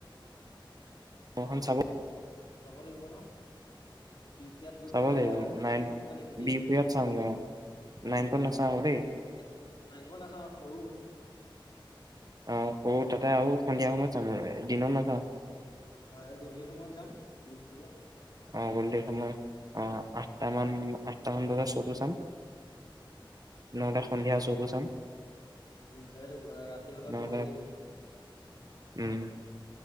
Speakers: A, on the right; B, on the left.
A: অখন চাব <unintelligible>
B: চাব লাগিব ন বি পিয়াত গৈ
A: চাব
B: পেলাই
A: লাগিব
B: আমি
A: নাইন
B: চাবগে লাগিব দেই
A: বিহপুৰীয়াত চাওঁগে অ নাইন
B: অ বি
A: পত
B: পি
A: নাচাওঁ
B: আত চামেগে
A: আকৌ দেই
B: একেলগে একে নাই ঘৰ নাচাওঁ সৰু
A: আহ কৰো তাতে আৰু সন্ধিয়া সময়ত জামগে ৰে দিনত নাযাওঁ
B: হয় এই গধূলি সময়ত যাম বিহপুৰীয়াত
A: আহ গধূলিৰ সময় আহ আঠটামান আঠটামান বজাত শ্বটো চাম নহলে সন্ধিয়া শ্বতো চাম
B: উ <unintelligible> ৰাতি হলে অলপ
A: নহ'লে
B: ভাল লাগিব।
A: উম